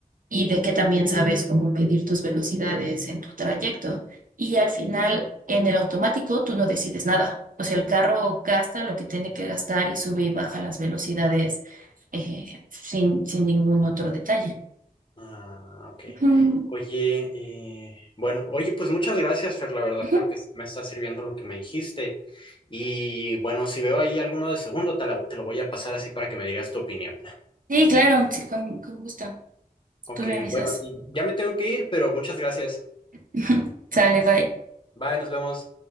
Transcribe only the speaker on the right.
y de que también sabes cómo medir tus velocidades en tu trayecto. Y al final, en el automático, tú no decides nada. O sea, el carro gasta lo que tiene que gastar y sube y baja las velocidades eh, sin, sin ningún otro detalle.
Ujú,
ujú.
Sí, claro, sí, con, con gusto.
Tú me avisas.
<laughs> Sale, bye.